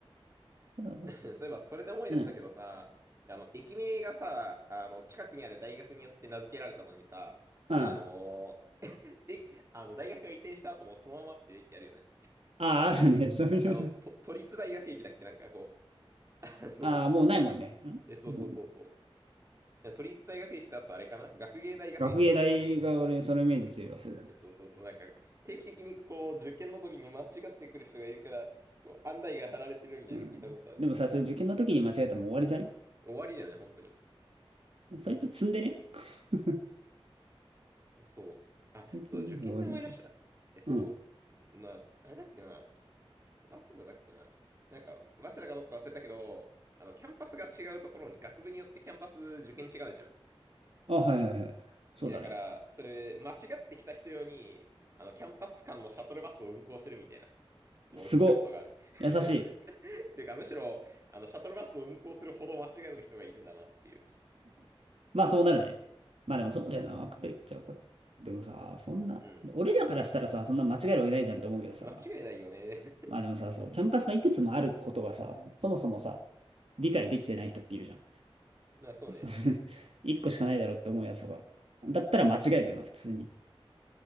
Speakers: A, on the right (about 75°); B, on the right (about 30°).
A: ただ
B: <laughs> そういえば、それで思い出したけどさ、
A: うん。
B: あの、駅名がさ、あの、近くにある大学によって名付けられたのにさ、
A: うん。
B: あのーえ、あの、大学が移転した後もそのままっていう駅あるよね。
A: ああ、あるね。<laughs> そういうの。
B: あの、と、都立大学駅だっけなんかこう、<laughs> あの、
A: ああ、もうないもんね。
B: え、そうそうそうそう。
A: んうん。
B: いや都立大学駅とあとあれかな学芸大学駅かなそうそう。
A: 学芸大が俺にそのイメージ強いわ、する。
B: え、そうそうそう。なんか、定期的にこう、受験の時に間違ってくる人がいるから、こう、案内が貼られてるみたいなの聞いたことある。
A: うん。でもさ、それ受験の時に間違えたらもう終わりじゃね
B: 終わりだよね、本当に。
A: そいつ積んでね。<laughs> そ
B: そう。あ、
A: いつ積んで終わりな気がす
B: そう、受験で思い出した。え、そ
A: る。うん。
B: う、な、あれだっけな、早稲田だっけな。なんか、早稲田かどっか忘れたけど、あの、キャンパスが違うところに、学部によってキャンパス受験違うじゃん。
A: あ、はいはいはい。そうだね。
B: え、だから、それ、間違ってきた人用に、あの、キャンパス間のシャトルバスを運行してるみたいなのを聞いたことがある。
A: すご。
B: <laughs>
A: 優しい。
B: っていうか、むしろ、あの、シャトルバスを運行するほど間違える人がいるんだなっていう。
A: まあそうなるね。まあでもそうだよな。わかるいっちゃうから。でもさ、そんな、
B: うん。
A: 俺らからしたらさ、そんな間違えるわけないじゃんって思うけどさ。
B: 間違いないよね。<laughs>
A: まあでもさ、そう、キャンパスがいくつもあることがさ、そもそもさ、理解できてない人っているじゃん。
B: な、そうね。
A: そう <laughs> 一個しかないだろうって思うやつとか。だったら間違えるよな、普通に。